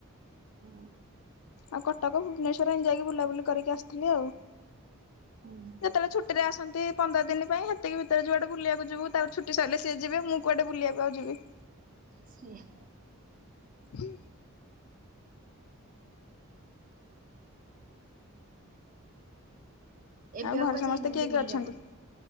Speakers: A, on the right; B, on the left.
A: ହଁ।
B: ଆଉ କଟକ ଭୁବନେଶ୍ୱର ଆ ଯାଇକି ବୁଲାବୁଲି କରିକି ଆସିଥିଲି ଆଉ।
A: ହୁଁ।
B: ଯେତେବେଳେ ଛୁଟିରେ ଆସନ୍ତି ପନ୍ଦର ଦିନ ପାଇଁ ହେତିକି ଭିତରେ ଯୁଆଟେ ବୁଲିବାକୁ ଯିବୁ ତା ଛୁଟି ସରିଲେ ସିଏ ଯିବେ ମୁଁ। କୁଆଡେ ବୁଲିବାକୁ ଆଉ ଯିବି।
A: ସେୟା।
B: ହୁଁ।
A: ଏବେ
B: ଆଉ ଘରେ
A: କୁଆ
B: ସମସ୍ତେ
A: ଯାଇନାହାନ୍ତି
B: କିଏ କିଏ
A: ବୁଲିବାକୁ?
B: ଅଛନ୍ତି